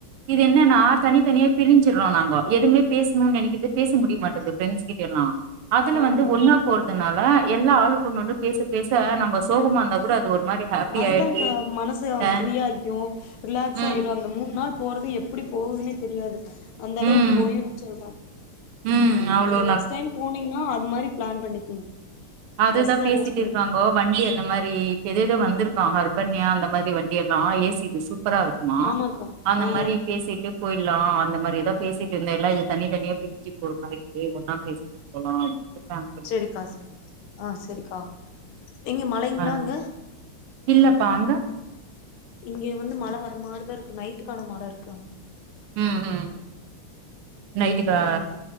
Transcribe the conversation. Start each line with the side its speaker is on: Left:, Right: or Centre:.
Right: இது என்னன்னா தனி தனியா பிரிஞ்சு ம் நா எதும பேசணும்னு நெனைக்குறது பேச முடிய மாட்டது ப்ரன்ட்ஸ் கிட்ட எல்லாம் அதுல
Left: ஆமா
Right: வந்து
Left: ஆமா
Right: ஒன்னா போறதுனால ஆ எல்லா ஆளு இவங்க வந்து பேச பேச நம்மப் சோகமந்தாக் கூட அது ஒரு மாரி ஹாப்பி
Left: அதுதான்
Right: ஆயிடுது
Left: கா மனச
Right: அ
Left: ஃப்ரீ ஆயிக்கும் ரிலாக்ஸ்
Right: ம்
Left: ஆயிரும் அந்த மூணு நாள் போறது எப்படி போகுதுன்னே தெரியாது அந்த அளவுக்கு
Right: ம்
Left: போயிரும் சொல்றேன்
Right: ம் அவ்ளோ
Left: நீங்க நெக்ஸ்ட் டைம் போனீங்கன்னா அது மாதிரி பிளான் பண்ணி
Right: அதுதான்
Left: பஸ் அரேஞ்ச்
Right: பேசிட்டு இருக்காங்கோ வண்டி அந்த மாதிரி எத எதோ வந்து இருக்கான் ஹ்பன்யா அந்த மாதிரி வண்டி எல்லாம் ஏசி பாசு சூப்பர இருக்குமா
Left: ஆமாக்கா
Right: அந்த
Left: ஆ
Right: மாதிரி பேசிட்டு போயிடலாம் அந்த மாதிரி தான் பேசிட்டு இருந்த எல்லாம் இது தனி தனியா பிரி்ஞ்சு ஒரு மாதிரிட்டு அப்படி ஒன்னா பேசிட்டு போலாம் ஃபிளான் பண்ண
Left: செரிக்கா ஆ செரிக்கா எங்க மழங்கிளா
Right: ஆ
Left: அங்க
Right: இல்லப்பா அங்க
Left: இங்க வந்து மழை வர மாதிரிதான் இருக்கு நைட்டுக்கான மழ இருக்கு ஆனா
Right: உம் உம் நைட்டுக்கா
Left: ம் நைட்டுக்கு மழ